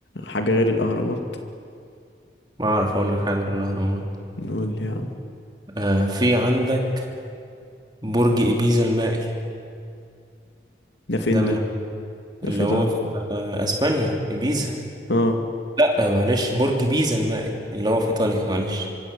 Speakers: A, on the left; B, on the right.
A: حاجة غير الأهرامات
B: ما أعرف أقول لك حاجة غير الأهرامات
A: نقول لي يا عم
B: أه في عندك برج إبيزا المائل
A: ده فين
B: ده من
A: ده
B: عند-
A: ده
B: اللي
A: في
B: هو
A: ده
B: في آه، أسبانيا إبيزا
A: اه
B: لأ آه، معلش برج بيزا المائل اللي هو في إيطاليا معلش